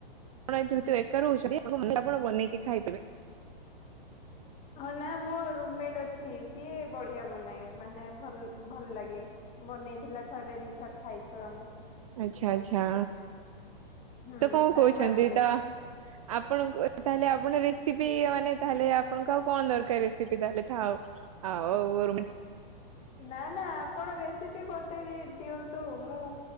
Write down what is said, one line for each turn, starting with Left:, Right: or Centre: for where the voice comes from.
Right: ଆପଣ ଯେହେତୁ ଏକା ରହୁଛନ୍ତି ତା ଆପଣ <unintelligible> ବନେଇକି ଖାଇଦେବେ।
Left: ହଁ ନା ମୋ ରୁମମେଟ୍ ଅଛି ସିଏ ବଢିଆ ବନାଏ ମାନେ ଭଲ ଭଲ ଲାଗେ। ବନେଇଥିଲା ଥରେ ଦିଥର ଖାଇଚୁ ଆମେ।
Right: ଆଛା ଆଚ୍ଛା।
Left: ହୁଁ
Right: ତ କଣ
Left: ତାକୁ
Right: କହୁଛନ୍ତି
Left: ଆସେ।
Right: ତ ଆପଣଙ୍କୁ ତାହେଲେ ଆପଣ ରେ ରେସିପି ମାନେ ତାହେଲେ ଆପଣଙ୍କୁ ଆଉ କଣ ଦରକାର ରେସିପି ତାହେଲେ ଥାଉ ଆଉ ରୁ
Left: ନା ନା ଆପଣ ରେସିପି ବତେଇ ରି ଦିଅନ୍ତୁ। ତୁ ମୁଁ